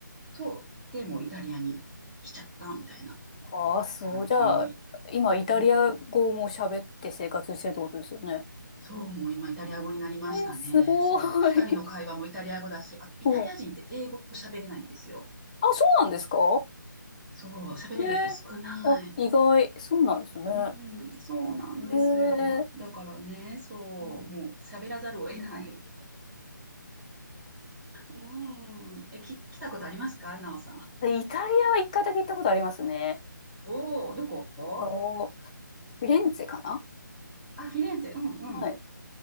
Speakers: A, in the centre; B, on the left.
A: そう、でもうイタリアに来ちゃったみたいな
B: ああ、そう。
A: 感じ。
B: じゃあ、今、イタリア語も喋って生活してるってことですよね。
A: うん。そう、もう今イタリア語になりましたね。
B: えー、すごーい。
A: そう、二人の会話もイタリア語だし、あとイタリア人って英語喋れないんですよ。
B: <laughs> お、あ、そうなんですか
A: そう、喋れる人少ない。
B: ねえ。あ、意外。そうなんですね。
A: うん、そうなんですよ。
B: へえ。
A: だからね、そう、
B: うん
A: もう喋らざるを得ないおーえ、き、来たことありますかなおさん。
B: え、イタリアは一回だけ行ったことありますね。
A: おお、どこ
B: お、フィレンツェかな
A: あ、フィレンツェ。うんうん。
B: はい。